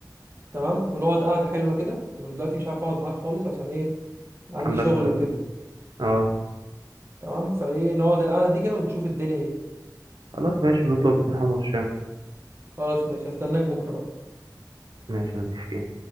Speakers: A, on the right; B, on the right.
A: تمام ونقعد قعده حلوه كده انا دلوقتي مش عارف اقعد معاك خالص عشان ايه عندي
B: عندك
A: شغل
B: اه
A: وكده
B: آه.
A: تمام فايه نقعد القعده دي كده ونشوف الدنيا ايه
B: خلاص ماشي نطلب باتنين حمص الشام
A: خلاص ماشي هستناك بكره بقى
B: ماشي متفقين